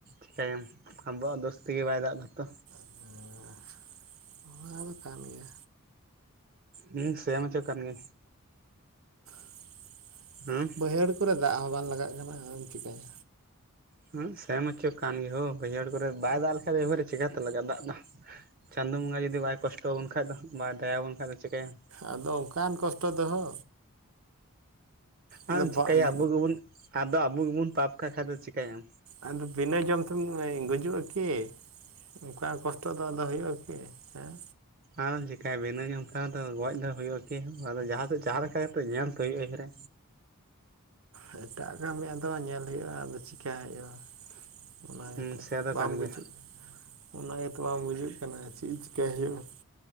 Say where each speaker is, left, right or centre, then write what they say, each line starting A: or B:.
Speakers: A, on the right; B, on the right.
A: ᱪᱤᱠᱟᱹᱭᱟᱢ ᱟᱵᱚᱣᱟᱜ ᱫᱳᱥ ᱛᱮᱜᱮ ᱵᱟᱭ ᱫᱟᱜ ᱫᱟᱛᱚ
B: <inaudible> ᱚᱱᱟ ᱫᱚ ᱠᱟᱱ ᱜᱮᱭᱟ
A: ᱦᱮᱸ ᱥᱮ ᱦᱚᱪᱚ ᱠᱟᱱ ᱜᱮ
B: <inaudible>
A: ᱦᱮᱸ
B: ᱵᱟᱹᱭᱦᱟᱹᱲ ᱠᱚᱨᱮ ᱫᱟᱜ ᱦᱚᱸ ᱵᱟᱝ ᱞᱟᱜᱟᱜ ᱠᱟᱱᱟ ᱟᱫᱚᱢ ᱪᱤᱠᱟᱹᱭᱟ
A: ᱦᱮᱸ ᱥᱮᱱ ᱦᱚᱪᱚ ᱠᱟᱱ ᱜᱮᱭᱟ ᱦᱳ ᱵᱟᱹᱭᱦᱟᱹᱲ ᱠᱚᱨᱮ ᱵᱟᱭ ᱫᱟᱜ ᱞᱮᱠᱷᱟᱡ ᱮᱭ ᱵᱟᱨᱮ ᱪᱤᱠᱟᱛᱮ ᱞᱟᱜᱟᱜᱼᱟ ᱫᱟᱜ ᱫᱚ ᱪᱟᱸᱫᱚᱳ ᱵᱚᱸᱜᱟ ᱡᱩᱫᱤ ᱵᱟᱭ ᱠᱚᱥᱴᱚ ᱟᱵᱚᱱ ᱠᱷᱟᱡ ᱫᱚ ᱵᱟᱭ ᱫᱟᱭᱟᱵᱚᱱ ᱠᱷᱟᱱ ᱫᱚ ᱪᱤᱠᱟᱹᱭᱟᱢ
B: ᱟᱫᱚ ᱚᱱᱠᱟᱱ ᱠᱚᱥᱴᱚ ᱫᱚᱦᱳ ᱚᱱ
A: ᱟᱢ
B: ᱟᱵᱚᱵᱚᱱ
A: ᱪᱤᱠᱟᱹᱭᱟ ᱟᱵᱚ ᱜᱮᱵᱚᱱ ᱟᱫᱚ ᱟᱵᱚ ᱜᱮᱵᱚᱱ ᱯᱟᱯ ᱠᱟᱜ ᱠᱷᱟᱡ ᱫᱚ ᱪᱤᱠᱟᱹᱭᱟᱢ
B: <inaudible> ᱟᱫᱚ ᱵᱤᱱᱟᱹ ᱡᱚᱢ ᱛᱮᱢ ᱜᱩᱡᱩᱜᱼᱟ ᱠᱤ ᱚᱱᱠᱟ ᱠᱚᱥᱴᱚ ᱫᱚ ᱟᱫᱚ ᱦᱩᱭᱩᱜᱼᱟ ᱠᱤ ᱦᱮᱸ
A: ᱟᱫᱚᱢ ᱪᱮᱠᱟᱭᱟ ᱵᱮᱱᱟᱹᱧᱟ ᱚᱱᱠᱟ ᱫᱚ ᱜᱚᱡ ᱫᱚ ᱦᱩᱭᱩᱜᱼᱟ ᱠᱤ ᱟᱫᱚ ᱡᱟᱦᱟᱸ ᱡᱟᱦᱟᱸ ᱞᱮᱠᱟ ᱠᱟᱛᱮ ᱧᱮᱞᱛᱚ ᱦᱩᱭᱩᱜᱼᱟ ᱮᱭ ᱨᱮ
B: ᱚ ᱮᱴᱟᱜ ᱠᱟᱹᱢᱤ ᱟᱫᱚ ᱧᱮᱞ ᱦᱩᱭᱩᱜᱼᱟ ᱟᱫᱚ ᱪᱤᱠᱟᱭ ᱦᱩᱭᱩᱜᱼᱟ <unintelligible> ᱚᱱᱟ
A: ᱦᱩᱸ
B: ᱜᱮᱛᱚ
A: ᱥᱮ ᱫᱚ
B: ᱵᱟᱢ
A: ᱠᱟᱱ ᱜᱮᱭᱟ
B: ᱵᱩᱡᱩᱜ ᱚᱱᱟ ᱜᱮᱛᱚ ᱵᱟᱝ ᱵᱩᱡᱩᱜ ᱠᱟᱱᱟ ᱪᱮᱫ ᱪᱤᱠᱟᱹᱭ ᱦᱩᱭᱩᱜᱼᱟ